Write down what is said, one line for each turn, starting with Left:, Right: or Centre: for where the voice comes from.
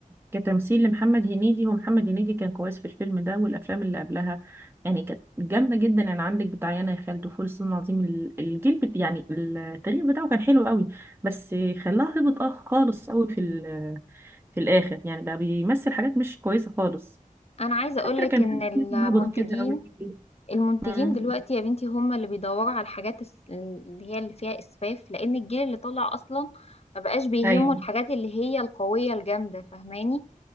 Right: كتمثيل لمحمد هنيدي هو محمد هنيدي كان كويس في الفيلم ده والافلام اللي قبلها يعني كانت جامده جدا يعني عندك بتاع يانا يا خالد وفول الصين العظيم ال- الجيل بت... يعني التاريخ بتاعه كان حلو قوي بس خلاها هبط اه خالص قوي في ال... في الاخر يعني بقى بيمثل حاجات مش كويسه خالص
Left: انا عايزة اقولك
Right: فاكره كان
Left: ان
Right: في
Left: المنتجين
Right: فيلم هبط كده قوي
Left: المنتجين
Right: امم
Left: دلوقتي يا بنتي هم اللي بيدوروا على الحاجات الس- اللي هي اللي فيها اسفاف لان الجيل اللي طالع اصلا ما بقاش بيهمه
Right: ايوه
Left: الحاجات اللي هي القوية الجامدة فاهماني